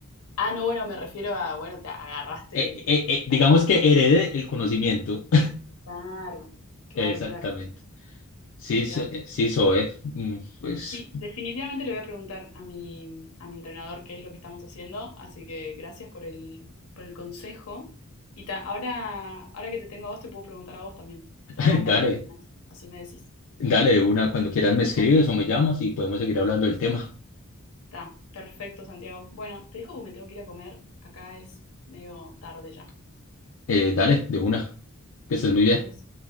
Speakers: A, on the left; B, on the left.
A: Ah, no, bueno, me refiero a, bueno, te agarraste
B: eh,
A: el-
B: eh, eh, digamos
A: la posta.
B: que herede el conocimiento.
A: Claro,
B: <laughs>
A: claro,
B: Exactamente.
A: claro.
B: Sí,
A: Mirá.
B: so- eh, sí, Zoe, mm, pues
A: Sí, definitivamente le voy a preguntar a mi, a mi entrenador qué es lo que estamos haciendo, así que gracias por el, por el consejo. Y ta- ahora, ahora que te tengo a vos, te puedo preguntar a vos también.
B: <laughs>
A: Te voy a mandar
B: dale,
A: las rutinas, así me decís,
B: dale de una, cuando quieras me escribes
A: ¿te parece?
B: o me llamas y podemos seguir hablando del tema.
A: Está, perfecto, Santiago. Bueno, te dejo porque me tengo que ir a comer, acá es medio tarde ya.
B: Eh, dale, de una, que estés muy bien.
A: Es